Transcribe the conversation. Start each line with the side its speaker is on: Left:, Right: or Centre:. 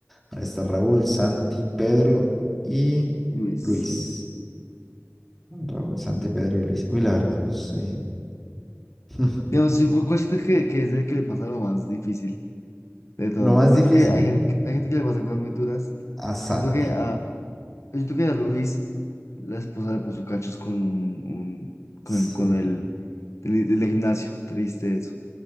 Centre: Ahí está Raúl, Santi, Pedro y
Left: Luis.
Centre: Luis. Raúl, Santi, Pedro y Luis. Uy, la verdad no sé. <laughs>
Left: Digamos, yo cu- cuál siento que, que es el que le pasa lo más difícil de todo.
Centre: Lo más
Left: Yo siento
Centre: difícil,
Left: que hay gente, hay gente que le pasa cosas muy duras.
Centre: a Santi.
Left: Yo siento que a, yo siento que a Luis, la esposa le puso cachos con un, un- con
Centre: Sí.
Left: el, con el, del, del de gimnasio. Triste eso.